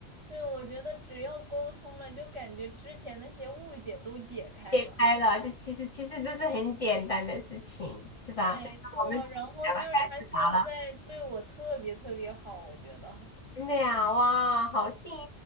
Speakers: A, on the right; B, on the left.
A: 对，我觉得只要沟通了，就感觉之前那些误解都解开了。
B: 解开了，就其实其实都是很简单的事情，是吧？
A: 没错，
B: 但是我们讲了太复杂了，
A: 然后就是他现在对我特别特别好，我觉得。
B: 真的呀，哇，好幸运